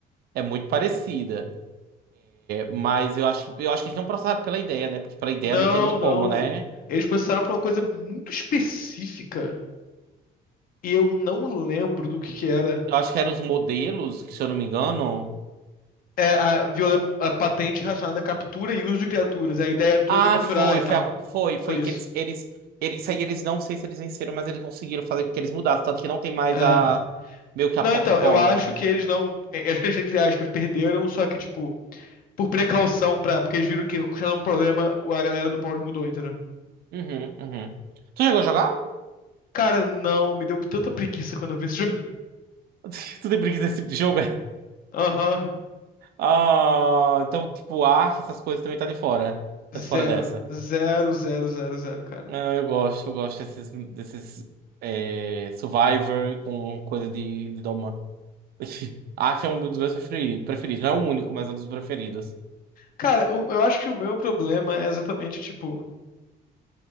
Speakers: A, on the right (about 65°); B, on the left (about 55°).
A: é muito parecida. Mas eu acho, que- eu acho que eles não processaram pela ideia, né? Porque pela ideia
B: Não,
A: não teria como,
B: não.
A: né?
B: Eles processaram por uma coisa muito específica e eu não lembro do que que era.
A: Eu acho que eram os modelos, que se eu não me engano.
B: É a, viola, a patente relacionada à captura e uso de criaturas, a ideia toda
A: Ah,
B: de capturar
A: foi,
B: e tal.
A: foi, a- foi,
B: Foi
A: foi que
B: isso.
A: eles, eles, eles, isso aí eles não sei se eles venceram, mas eles conseguiram fazer com que eles mudassem, tanto que não tem mais
B: É.
A: a, meio que
B: Não,
A: a Pokébola.
B: então, eu acho que eles não. é, Acho que eles, <laughs> entre aspas, perderam, só que, tipo, por precaução, pra, porque eles viram que tinha um problema, a galera do Power mudou, entendeu?
A: Uhum, uhum. Tu chegou a jogar?
B: Cara, não, me deu tanta preguiça quando eu vi esse jogo. <laughs>
A: <laughs> Tu tem preguiça desse tipo de jogo, é?
B: Aham.
A: Ah, então, tipo, Ark, essas coisas também tá de fora. Tá
B: Zero.
A: de fora dessa.
B: Zero, zero, zero, zero, cara.
A: Não, eu gosto, eu gosto desses, desses é, Survivor com coisa de, de Doma. <laughs> Acho que é um dos meus preferi- preferidos. Não é o único, mas é um dos preferidos.
B: Cara, eu, eu acho que o meu problema é exatamente, tipo,